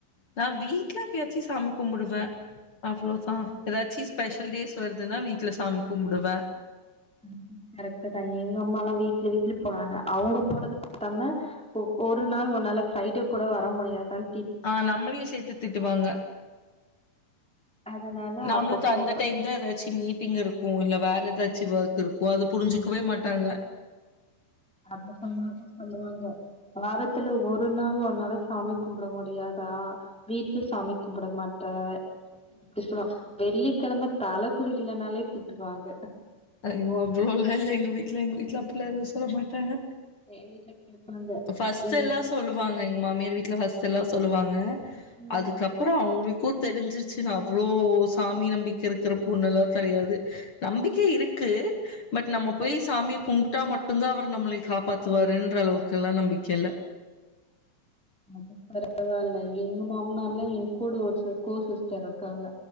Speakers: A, on the left; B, in the centre.
A: நா வீட்ல எப்பயாச்சி சாமி கும்பிடுவே அவ்ளோதா ஏதாச்சி ஸ்பெஷல் டேஸ் வருதுன்னா வீட்ல சாமி கும்பிடுவே
B: ம் ம் கரெக்ட்தா எங்க அம்மாலா வீக்லி வீக்லி போறாங்க அவங்க போறது பத்தாம ஒ ஒரு நாள் ஒன்னால ஃப்ரைடே கூட வர முடியாதான்
A: ஆஹ் நம்மளையு சேத்து திட்டுவாங்க
B: அதனால
A: நம்மளுக்கு
B: அப்ப
A: த
B: போவே
A: அந்த டைம்தா ஏதாச்சு மீட் டிங் இருக்கு இல்ல வேற ஏதாச்சு வொர்க் இருக்கு அது புரிஞ்சிக்கவே மாட்டாங்க
B: அத சொன்னாதா சொல்லுவாங்க வாரத்துல ஒரு நாள் ஒன்னால சாமி கும்பிட முடியாதா வீட்ல சாமி கும்பிட மாட் ட்ட ஆக்சுவலா வெள்ளிக்கிழம தல குளிக்கலனாலே திட்டுவாங்க
A: ஐயோ அவ்ளோலா இல்ல எங்க வீட்ல எங்க வீட்ல அப்டிலா எதும் சொல்ல மாட்டாங்க
B: ஏன் வீட்ல கேப்பாங்க
A: ஃபர்ஸ்ட்
B: வெள்ளி
A: எல்லா சொல்லுவாங்க எங்க மாமியார் வீட்ல ஃபர்ஸ்ட் எல்லா சொ சொல்லுவாங்க
B: ம்
A: அதுக்கப்றோ அவங்களுக்குத் தெரிஞ்சிருச்சுன்னு அவ்ளோ சாமி நம்பிக்க இருக்கிற பொண்ணெல்லா கெடையாது நம்பிக்கை இருக்கு பட் நம்ம போய் சாமிய கும்ப்ட்டா மட்டுந்தா அவர் நம்மளய காப்பாத்துவாருன்ற அளவுக் க்கெல்லா நம்பிக்கை இல்ல
B: அது பரவால்ல எங்க மாமனார்லா என் கூட ஒரு ச கோ சிஸ்டர் இருக்காங்க